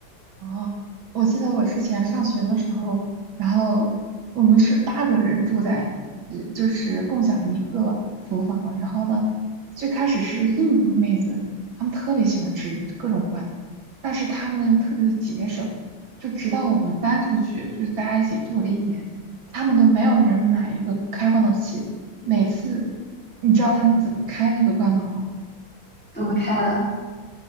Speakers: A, on the right; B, in the centre.
A: 哦，我记得我之前上学的时候，然后我们是八个人住在，呃就是共享一个厨房。然后呢，最开始是印度的妹子，她们特别喜欢吃各种罐头，但是她们呢又特别的节省，就直到我们搬出去，就是大家一起住了一年，他们都没有人买一个开罐头器。每次，你知道他们怎么开那个罐头吗？
B: 怎么开的。